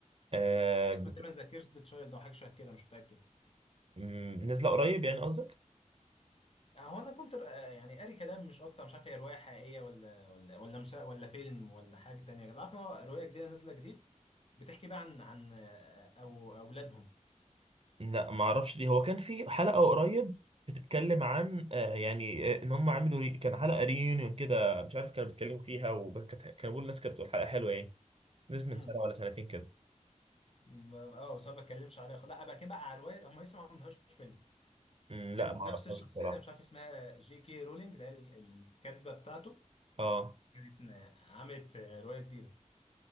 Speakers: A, on the right; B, on the left.
A: آه
B: اسمها
A: ب-
B: تقريبا ذا كيرس ذا تشايلد او حاجه شبه كده مش متاكد
A: م- نزل قريب يعني قصدك
B: هو انا كنت آه، يعني قاري كلام مش اكتر مش عارف هي روايه حقيقيه ولا ولا ولا مسا ولا فيلم ولا حاجه تانية كده عارف إن هو روايه جديده نازله جديد بتحكي بقى عن عن آه، او اولادهم
A: لا ما اعرفش ليه هو كان في حلقه قريب بتتكلم عن آه، يعني آه، ان هم عملوا ري... كان حلقه ريunion كده مش عارف كانوا بيتكلموا فيها وكانت كانوا بيقولوا الناس كانت بتقول حلقه حلوه يعني نزل
B: امم
A: من سنه ولا سنتين كده
B: م- اه بس ما بتكلمش عليها خ- لا بقى كده بقى على روايه هم لسه ما عملوهاش فيلم
A: أمم،
B: كان
A: لا ما اعرفهاش
B: نفس الشخصيه
A: بصراحه
B: اللي مش عارف اسمها جي كي رولينج اللي هي ال- الكاتبه بتاعته
A: اه
B: كانت آه، عملت آه، روايه جديده